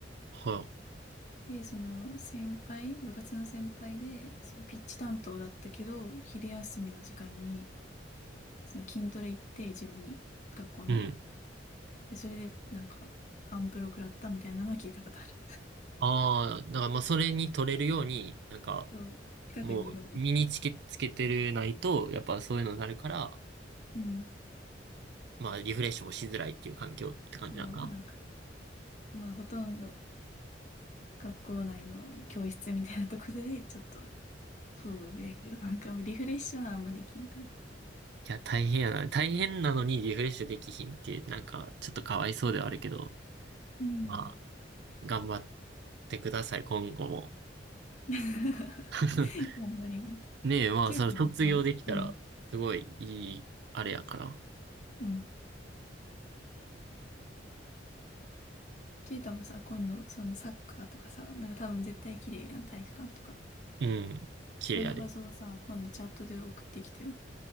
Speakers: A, on the right; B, on the left.
A: は
B: で、その先輩、部活の先輩で、そのピッチ担当だったけど、昼休みの時間に、その筋トレ行って、ジムに、学校の。
A: い。うん。
B: で、それで、なんか、アンプロ食らったみたいなのは聞いたことある。
A: ああ、だからまあそれに取れるように、なんか
B: <laughs> そう、近くにいろみたいな。
A: もう身につけ、つけてるないと、やっぱそういうのになるから、
B: うん。
A: まあリフレッシュもしづらいっていう環境って感じなんかな。
B: そう、なんか、まあ、ほとんど学校内の教室みたいなところで、<laughs> ちょっと、そうやけど、なんかリフレッシュはあんまできんかな。
A: いや、大変やな。大変なのにリフレッシュできひんって、なんかちょっとかわいそうではあるけど、
B: うん。
A: まあ頑張ってください、今後も。
B: <laughs>
A: <laughs>
B: 頑張ります。
A: ねえ、まあその卒業できたら、
B: ケイタもさ、うん、
A: すごいいい、あれやから。
B: うん。ケイタもさ、今度、そのサッカーとかさ、なんか多分絶対綺麗やん、体育館とか。
A: うん、綺麗やで。
B: その画像さ、今度チャットで送ってきてよ。